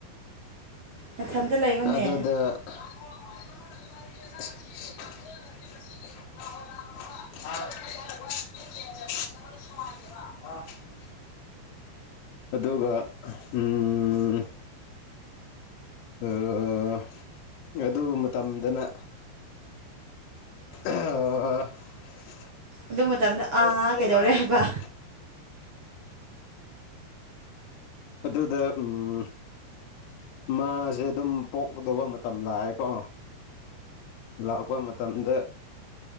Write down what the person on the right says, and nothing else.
ꯅꯊꯟꯇ ꯂꯩꯌꯨꯅꯦ
ꯑꯗꯨ ꯃꯇꯝꯗ
ꯑꯥ ꯀꯩꯗꯧꯔꯦ
ꯍꯥꯏꯕ